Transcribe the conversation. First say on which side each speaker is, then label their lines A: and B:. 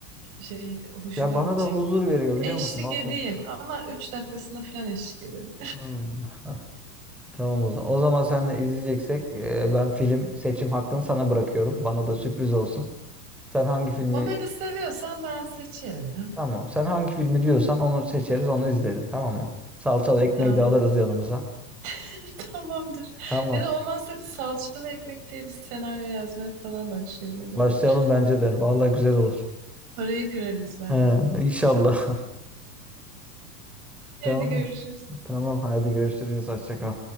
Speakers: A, on the right; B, in the centre.
A: şey hoşuma
B: Ya bana
A: gidecek.
B: da huzur veriyor biliyor
A: Eşlik
B: musun? O
A: edeyim
B: film.
A: ama 3 dakikasına falan eşlik ederim.
B: Hmm. Tamam o zaman. O zaman seninle izleyeceksek e, ben film seçim hakkını sana bırakıyorum. Bana da sürpriz olsun. Sen hangi filmi
A: Komedi seviyorsan ben seçerim ya.
B: tamam. Sen hangi filmi diyorsan onu seçeriz, onu izlerim. Tamam mı? Salçalı ekmeği
A: Tamam.
B: de alırız yanımıza.
A: <laughs> Tamamdır.
B: Tamam.
A: Ya da olmazsa bir salçalı ekmek diye bir senaryo yazmaya falan başlayalım o da
B: Başlayalım
A: olur.
B: bence de. Vallahi güzel olur.
A: Parayı kırarız belki.
B: He, inşallah. <laughs>
A: Hadi
B: Tamam.
A: görüşürüz.
B: Tamam. Hadi görüşürüz. Hoşça kal.